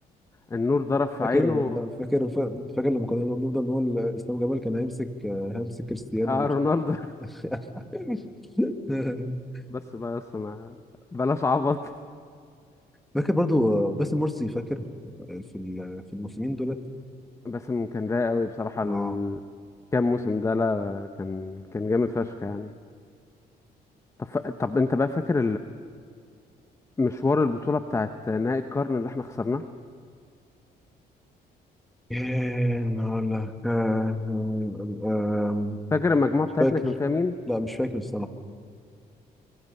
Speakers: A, on the left; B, in the centre.
A: النور ضرب في
B: فاكر
A: عينه
B: فاكر فاكر لما كنا بنفضل نقول اسلام جمال كان هيمسك هيمسك كريستيانو
A: اه
B: ومش-
A: رونالدو
B: <laughs>
A: <laughs> بس بس ما بلاش عبط
B: فاكر برضو باسم مرسي فاكر في ال- في الموسمين دولت
A: بس كان رايق قوي بصراحة ال-
B: اه
A: كام موسم ده لا كان كان جامد فشخ يعني طب ف... طب انت بقى فاكر مشوار البطولة بتاعت نهائي القرن اللي احنا خسرناه
B: كان ولا كان آم،
A: فاكر المجموعة
B: مش
A: بتاعتنا
B: فاكر
A: كان فيها مين؟
B: لا مش فاكر الصراحة